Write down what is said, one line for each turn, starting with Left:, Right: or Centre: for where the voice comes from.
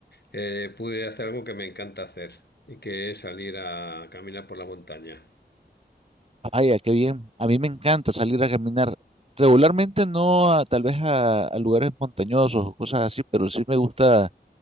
Left: eh, pude hacer algo que me encanta hacer, y que es salir a caminar por la montaña.
Right: Vaya, qué bien. A mí me encanta salir a caminar. Regularmente no, a- tal vez a, a lugares montañosos o cosas así, pero sí me gusta